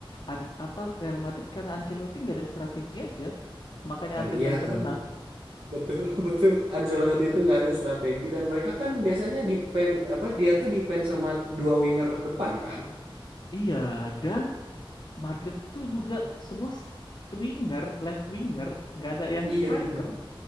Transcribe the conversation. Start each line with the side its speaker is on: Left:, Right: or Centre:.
Left: An- apa Real Madrid karena Ancelotti nggak ada strategi aja makanya
Right: Karena
Left: Arteta
Right: iya,
Left: bisa
Right: karena
Left: menang.
Right: betul, <laughs> betul. Ancelotti itu nggak ada strategi dan mereka kan biasanya depend apa dia tuh depend sama dua winger depan kan?
Left: Iya dan Madrid tuh juga semua st- winger, left winger nggak ada yang
Right: Iya,
Left: striker.
Right: semua.